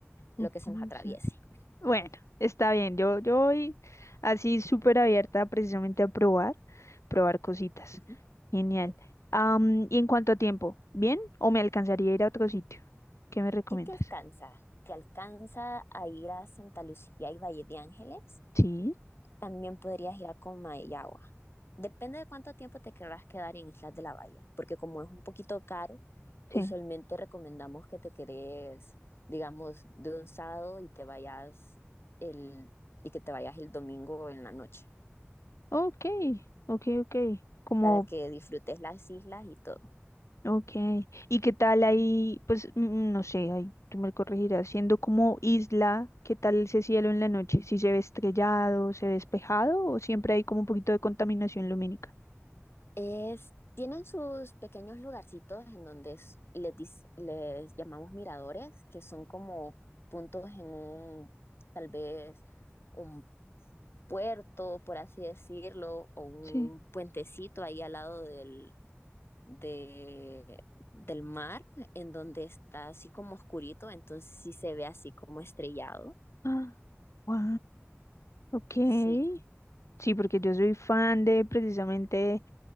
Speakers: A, on the left (about 80°); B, on the left (about 55°).
A: Pupusas.
B: lo que se nos atraviese.
A: Bueno, está bien. Yo, yo voy así súper abierta precisamente a probar, probar cositas.
B: Ujú.
A: Genial. Am, y en cuanto a tiempo, ¿bien? ¿O me alcanzaría a ir a otro sitio? ¿Qué me recomiendas?
B: Si te alcanza, te alcanza a ir a Santa Lucía y Valle de Ángeles,
A: Sí,
B: también podrías ir a Comayagua. Depende de cuánto tiempo te querrás quedar en Islas de la Bahía, porque como es un poquito caro, usualmente
A: sí.
B: recomendamos que te quedes, digamos, de un sábado y te vayas el, y que te vayas el domingo en la noche.
A: Ok, ok, ok. Como,
B: para que disfrutes las islas y todo.
A: ok. ¿Y qué tal ahí? Pues mm, no sé, ahí tú me corregirás. Siendo como isla, ¿qué tal ese cielo en la noche? ¿Si se ve estrellado, se ve despejado o siempre hay como un poquito de contaminación lumínica?
B: Es, tienen sus pequeños lugarcitos en donde es- les, dis- les llamamos miradores, que son como puntos en un, tal vez, un puerto, por así decirlo, o un
A: Sí.
B: puentecito ahí al lado del, de- del mar, en donde está así como oscurito, entonces sí se ve así como estrellado.
A: Ah, Wow. ok.
B: Sí,
A: Sí, porque yo soy fan de precisamente